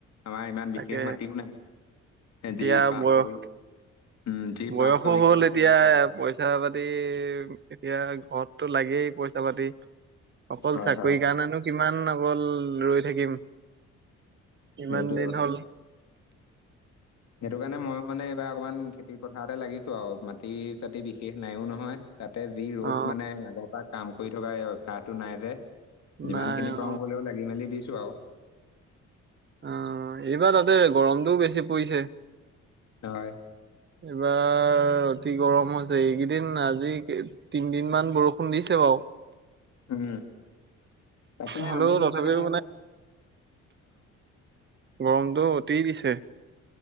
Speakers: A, on the left; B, on the right.
A: আমাৰ ইমান
B: তাকে
A: বিশেষ মাটিও নাই। এ
B: এতিয়া
A: যি পাঁচ
B: বয়স
A: ছয় বিঘা উম যি
B: বয়সো
A: পাঁচ ছবিঘা
B: হ'ল
A: মাটি
B: এতিয়া
A: আছে আৰু
B: পইচা পাতি এতিয়া ঘৰততো লাগেই পইচা পাতি। অকল
A: হয়
B: চাকৰি
A: হয়
B: কাৰণেনো কিমান অকল ৰৈ থাকিম। ইমান
A: সেইটোৱে
B: দিন
A: কথাটো
B: হ'ল
A: সেইটো কাৰণে মই মানে এইবাৰ অকমান খেতি পথাৰতে লাগিছো আৰু মাটি চাতি বিশেষ নাইও নহয়। তাতে যি ৰ'দ
B: অ
A: মানে আগৰ পৰা কাম কৰি থকা এই অভ্যাসটো নাই যে। যিমান
B: নাই
A: খিনি
B: অ
A: পাৰোঁ হলেওঁ লাগি মেলি দিছো আৰু।
B: অ এইবাৰ তাতে গৰমটোও বেছি পৰিছে।
A: হয়।
B: এইবাৰ অতি গৰম হৈছে এইকেইদিন আজি তিনদিন মান বৰষুণ দিছে বাৰু।
A: উম। তাকে
B: হলেও
A: আমি
B: তথাপিও
A: মানে
B: গৰমটো অতি দিছে।